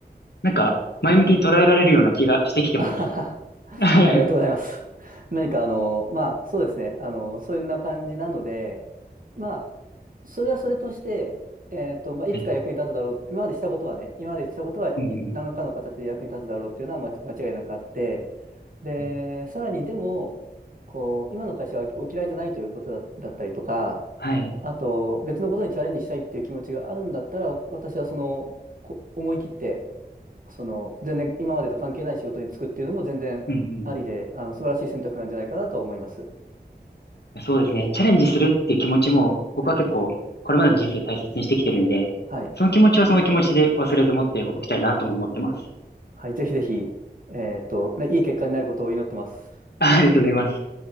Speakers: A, on the left; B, on the right.
A: なんか前向きに捉えられるような気がしてきてます。
B: あはは
A: <laughs> は
B: ありがとうございます。何かあの、まあそうですね。あの、そんな感じなので、まあ、それはそれとして、えっと、まあ、いつか役に立つだろう。
A: い。うん
B: 今までしたことはね、今までしたことはい何らかの形で役に立つだろうっていうのはまち間違いなくあって、
A: うん
B: で、
A: うん。はい。
B: さらにでも、こう、今の会社はお嫌いじゃないということだ、だったりとか、
A: はい
B: あと、別のことにチャレンジしたいっていう気持ちがあるんだったら、私はその、こ思い切って、その、全然今までと関係ない仕事に就くっていうのも全然ありで、
A: うんうんうんはいうん
B: あの、素晴らしい選択なんじゃないかなと思います。
A: うんそうですね。チャレンジするっていう気持ちも僕は結構これまでの人生大切にしてきてるんで、
B: はい。はい。
A: その気持ちはその気持ちで忘れず持っておきたいなとも思ってます。
B: はい。ぜひぜひ、えーっと、ね、いい結果になることを祈ってます。
A: <laughs> ありがとうございます。